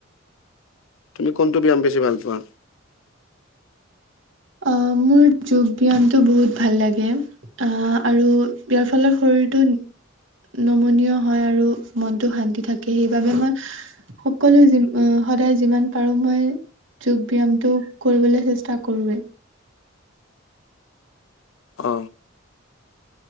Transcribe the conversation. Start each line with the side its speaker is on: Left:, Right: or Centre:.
Left: তুমি কোনটো ব্যায়াম বেছি ভাল পোৱা?
Right: অ মোৰ যোগ ব্যায়ামটো বহুত ভাল লাগে আৰু ইয়াৰ ফলত শৰটো নমনীয় হয় আৰু মনটো শান্তি থাকে সেইবাবে মই সকলোৱে যি আহ সদায় যিমান পাৰো মই যোগ ব্যয়ামটো কৰিবলৈ চেষ্টা কৰৱে।
Left: অ